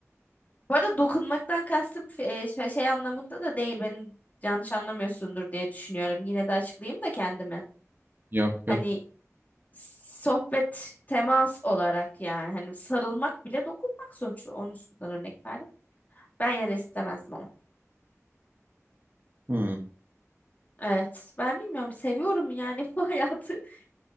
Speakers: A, on the left; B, on the right.
A: Bu arada dokunmaktan kastım e, şey, şey anlamında da değil. Beni yanlış anlamıyorsundur diye düşünüyorum. Yine de açıklayayım da kendimi.
B: Yok yok.
A: Hani sohbet, temas olarak yani hani sarılmak bile dokunmak sonuçta. Onun üstünden örnek verdim. Ben yine de istemezdim ama.
B: Hmm.
A: Evet. Ben bilmiyorum. Seviyorum yani <laughs> bu hayatı. <laughs>